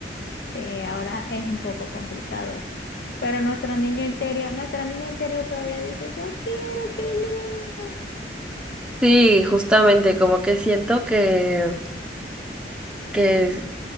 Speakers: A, on the left; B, in the centre.
A: Sí, ahora es un poco complicado. Pero nuestro niño interior, nuestra niña interior todavía dice, yo quiero, qué lindo.
B: Sí, justamente, como que siento que, que es-